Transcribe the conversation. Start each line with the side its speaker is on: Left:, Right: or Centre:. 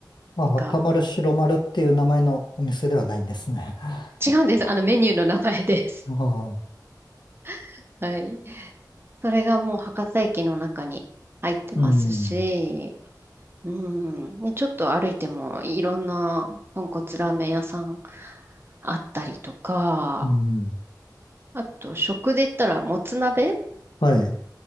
Left: あ、
Right: なんか、
Left: 赤丸、白丸っていう名前のお店ではないんですね。<laughs>
Right: 違うんです。あの、メニューの名前です。
Left: は
Right: <laughs> はい。それがもう博多駅の中に入ってますし、
Left: い。うん、
Right: うん、ね、ちょっと歩いてもいろんな豚骨ラーメン屋さんあったりとか、
Left: うん。
Right: あと、食で言ったら、もつ鍋
Left: はい。